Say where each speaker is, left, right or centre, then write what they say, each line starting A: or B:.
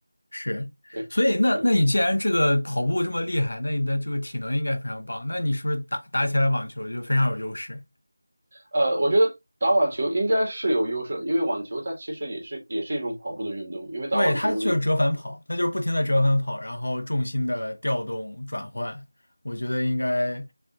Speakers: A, on the left; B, on the right.
A: 是。
B: 对，
A: 所以那那你既然这个跑步这么厉害，
B: 是，
A: 那你的这个体能应该非常棒，那你是不是打打起来网球就非常有优势？
B: 呃，我觉得打网球应该是有优势，因为网球它其实也是也是一种跑步的运动，因为打网球你
A: 对，它就是折返跑，它就是不停的折返跑，然后重心的调动转换，我觉得应该